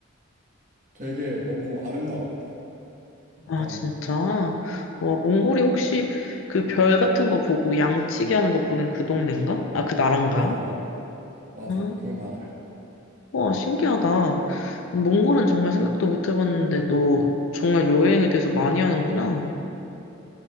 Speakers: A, on the right; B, on the left.
A: 되게 너무 아름다웠대. 일단
B: 아, 진짜? 어, 몽골이 혹시 그 별 같은 거 보고 양치기 하는 거 보는 그 동네인가? 아, 그 나라인가?
A: 맞아 맞아 맞아
B: 아,
A: 그 나라야.
B: 와, 신기하다.
A: 그래서
B: 몽골은 정말 생각도 못 해봤는데, 너 정말 여행에 대해서 많이 하는구나.